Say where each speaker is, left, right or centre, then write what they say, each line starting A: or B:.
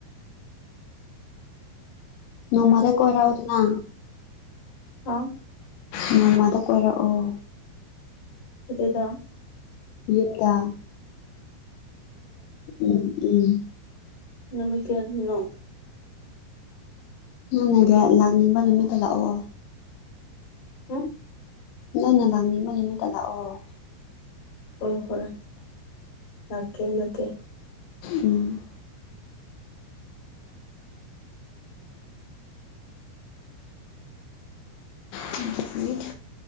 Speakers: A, on the left; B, on the left.
A: ꯅꯣꯡꯃꯗ ꯀꯣꯏꯔꯛꯎꯗꯅ
B: ꯑ
A: ꯅꯣꯡꯃꯥꯗ ꯀꯣꯏꯔꯛꯑꯣ
B: ꯆꯗ
A: ꯌꯗ ꯎꯝ ꯎꯝ
B: ꯅꯨꯃꯤ ꯀꯌꯥꯒꯤꯅꯣ
A: ꯅꯪꯅꯒ ꯂꯥꯛꯅꯤꯡꯕ ꯅꯨꯃꯤꯠꯇ ꯂꯥꯛꯑꯣ
B: ꯎꯝ
A: ꯅꯪꯅ ꯂꯥꯛꯅꯤꯡꯕ ꯅꯨꯃꯤꯠꯇ ꯂꯥꯛꯑꯣ
B: ꯑꯣ ꯍꯣꯏ ꯂꯥꯛꯀꯦ ꯅꯀꯦ
A: ꯎꯝ ꯇ꯭ꯋ ꯐꯤꯠ